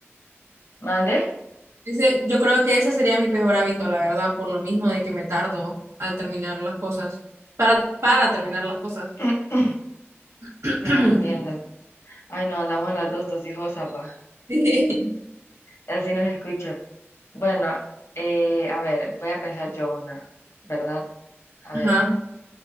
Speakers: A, on the left (about 70°); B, on the right (about 85°).
A: ¿Mande?
B: Ese, yo creo que ese sería mi peor hábito, la verdad, por lo mismo de que me tardo al terminar las cosas. Para, para terminar las cosas.
A: <clears throat>
B: <clears throat>
A: Ah, entiendo. Ay, no, andamos las dos tosijosas, pa.
B: Sí.
A: Así nos escucha. Bueno, eh, a ver, voy a pensar yo una, ¿verdad? A
B: Ajá,
A: ver,